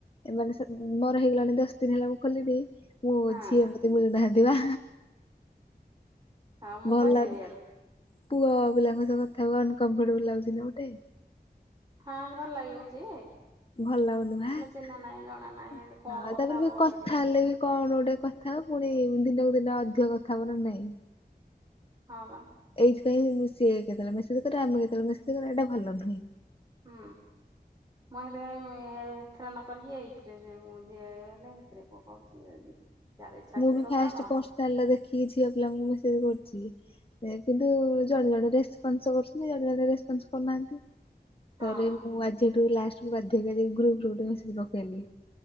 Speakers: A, on the left; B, on the right.
A: ମାନେ-ସେ ମୋର ହେଇଗଲାଣି ଦଶ ଦିନ ହେଲା ମୁଁ କଲିଣି ପୁଅ
B: ହଁ
A: ଝିଅ ଏମତି ମିଳୁନାହାନ୍ତି ବା।
B: ହଁ ମୁଁ
A: ଭଲ
B: କହିଦେବି
A: ଲାଗୁ
B: ଇଆଡୁ।
A: ପୁଅ ପିଲାଙ୍କ ସହ କଥା ହବାକୁ ଅନକମ୍ଫଟେବଲ ଲାଗୁଛି ନା ଗୋଟେ।
B: ହଁ ଭଲ ଲାଗିବ ଯେ
A: ଭଲ ଲାଗୁନି ପା
B: ଆମେ ଚିହ୍ନା ନାହିଁ ଜଣା ନାହିଁ ଏମିତି କଣ
A: ହଁ
B: କଥା
A: ତାପରେ
B: ହବ କହିଲ
A: କଥା
B: ଟିକେ?
A: ହେଲେ ବି କଣ ଗୋଟେ କ ଥା ପୁଣି ଦିନକୁ ଦିନ ଅଧିକ କଥା ହବ ନାହିଁ?
B: ହଁ ପା।
A: ଏଇଥିପାଇଁ ସିଏ କେତେବେଳେ ମେସେଜ ଆମେ କେତେବେଳେ ମେସେଜ କରିବା ଏଇଟା ଭଲ ନୁହେଁ।
B: ହୁଁ। ମୁଁ ସେଥିପାଇଁ ଏ-ଏ-ଏଥିରେ ନକରିକି ଏଇଥିରେ ଯିଏ ହେଲେ ଏଥିରେ କୋଉ କୋହୁଚି ଯଦି ଯାହାର ଇଚ୍ଛା ଅଛି
A: ମୁଁ ବି
B: ସେ କଥା
A: ଫାଷ୍ଟ
B: ହଉ ନହେଲେ
A: ପର୍ଶିନାଲରେ
B: ନାଇଁ
A: ଦେଖିକି ଝିଅ ପିଲାଙ୍କୁ ମେସେଜ କରୁଚି। କିନ୍ତୁ ଜଣେ ଜଣେ ରେସ୍ପନସ୍ କରୁଚନ୍ତି ଜଣେ ଜଣେ ରେସ୍ପନସ୍ କରୁନାହାନ୍ତି।
B: ହଁ।
A: ଥରେ ମୁଁ ଆଜିଠୁ ଲାଷ୍ଟ ବାଧ୍ୟ କରି କି ଗ୍ରୁପ୍ ରୁ ଗୋଟେ ମେସେଜ ପକେଇଲି।